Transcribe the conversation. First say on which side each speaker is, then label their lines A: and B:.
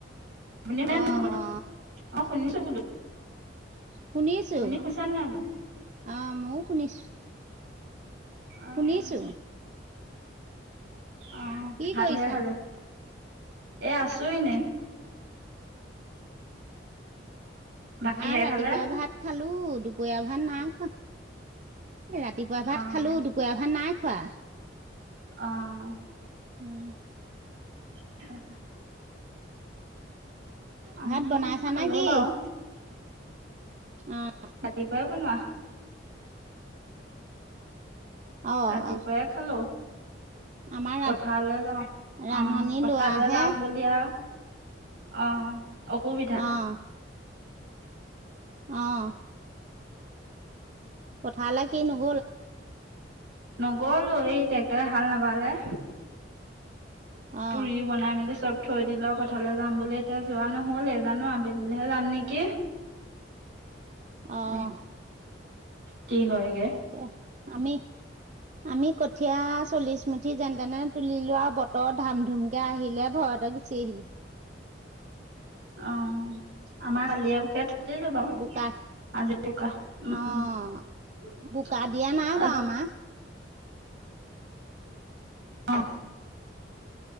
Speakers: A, on the right; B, on the right.
A: আপুনি <unintelligible>
B: অ
A: মোৰ কথা,
B: অ
A: অ' শুনিছো বোলো।
B: শুনি আছো,
A: আপুনি শুনিছে নাই বোলো?
B: আহ মইও শুনিছো।
A: অ',
B: শুনিছোঁ।
A: অ',
B: কি
A: <unintelligible>
B: কৰিছা
A: এ আছো এনেই।
B: ভাত
A: কিহেৰে
B: ৰাতিপুৱা
A: খালে?
B: ভাত খালো, দুপৰীয়া ভাত না খোৱা। এ ৰাতিপুৱা ভাত
A: অ',
B: খালো, দুপৰীয়া ভাত নাই খোৱা।
A: অ'।
B: <inaudible>
A: <unintelligible> আমিও
B: ভাত বনাইছা
A: খালো
B: নে কি?
A: বাৰু।
B: অ'।
A: ৰাতিপুৱাই বনোৱা।
B: অ
A: ৰাতিপুৱাই
B: অ
A: খালো।
B: আমাৰ ৰান
A: পথাৰলৈ যাম,
B: ৰান্ধনী
A: অ' পথাৰলৈ
B: লোৱাহে
A: যাম বুলি আৰু অ', অসুবিধা।
B: অ', অ'। পথাৰলে কি ন
A: নগ'লো, এই ট্ৰেক্টৰে হাল নাবালে।
B: অ',
A: পুৰি বনাই মেলি চব থৈ দিলে পথাৰলৈ যাম বুলি এতিয়া যোৱা নহ'লে, এই জানো আবেলিলৈহে যাম নেকি।
B: অ'।
A: এ কি হয়গে
B: <unintelligible> আমি, আমি কঠিয়া চল্লিশ মুঠি যেন তেনে তুলিলোৱা বত বতৰ ধাম ধুমকে আহিলে, ভয়তে গুচি আহিলো।
A: অ', আমাৰ কালি <unintelligible>
B: বোকা অ', বোকা দিয়া
A: <unintelligible>
B: নাই
A: আজ
B: বাৰু আমাৰ।
A: অ',